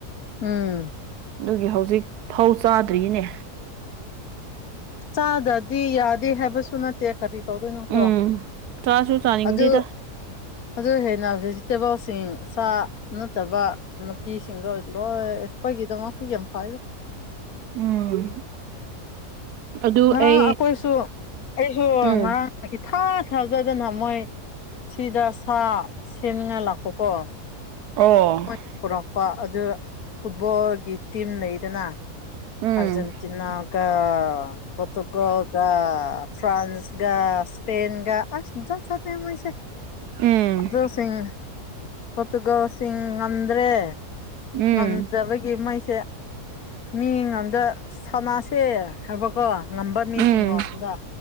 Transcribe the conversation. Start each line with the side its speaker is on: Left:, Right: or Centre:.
Left: ꯎꯝ
Right: ꯑꯗꯨꯒꯤ ꯍꯧꯖꯤꯛ ꯐꯧ ꯆꯥꯗ꯭ꯔꯤꯅꯦ
Left: ꯆꯥꯗꯗꯤ ꯌꯥꯗꯦ ꯍꯥꯏꯕꯁꯨ ꯁꯨ ꯅꯠꯇꯦ ꯀꯔꯤ ꯇꯧꯗꯣꯏꯅꯣꯀꯣ
Right: ꯎꯝ ꯆꯥꯁꯨ ꯆꯥꯅꯤꯡꯗꯦꯗ
Left: ꯑꯗꯨ ꯑꯗꯨ ꯍꯦꯟꯅ ꯚꯦꯖꯤꯇꯦꯕꯜꯁꯤꯡ ꯁꯥ ꯅꯠꯇꯕ ꯅꯨꯄꯤꯁꯤꯡꯗꯣ ꯂꯣꯏ ꯑꯩꯈꯣꯏꯒꯤꯗꯃꯛꯇ ꯌꯥꯝ ꯐꯥꯏ
Right: ꯎꯝ ꯑꯗꯨ
Left: ꯉꯔꯥꯡ
Right: ꯑꯩ
Left: ꯑꯩꯈꯣꯏꯁꯨ ꯑꯩꯁꯨ
Right: ꯎꯝ
Left: ꯉꯔꯥꯡ ꯏꯊꯥ ꯊꯥꯖꯗꯅ ꯃꯣꯏ ꯁꯤꯗ ꯁꯥ ꯁꯦꯝꯅꯤꯡꯉꯥꯏ ꯂꯥꯛꯄꯀꯣ
Right: ꯑꯣ
Left: ꯃꯣꯏ ꯄꯨꯔꯛꯄ ꯑꯗꯨ ꯐꯨꯠꯕꯣꯜꯒꯤ ꯇꯤꯝ ꯂꯩꯗꯅ
Right: ꯎꯝ
Left: ꯑꯔꯖꯦꯟꯇꯤꯅꯥꯒ ꯄꯣꯇꯨꯒꯜꯒ ꯐ꯭ꯔꯥꯟꯁꯒ ꯁꯄꯦꯟꯒ ꯑꯗ ꯆꯦ ꯃꯣꯏꯁꯦ
Right: ꯎꯝ
Left: <unintelligible> ꯁꯤꯡ ꯄꯣꯇꯨꯒꯜꯁꯤꯡ ꯉꯝꯗ꯭ꯔꯦ
Right: ꯎꯝ
Left: ꯉꯝꯗꯕꯒꯤ ꯃꯣꯏꯁꯦ ꯃꯤ ꯉꯝꯗ ꯁꯥꯟꯅꯁꯦ ꯊꯕꯛ ꯀꯣ ꯉꯝꯕ ꯃꯤꯁꯤꯡꯉꯣ
Right: ꯎꯝ
Left: ꯑꯝꯗ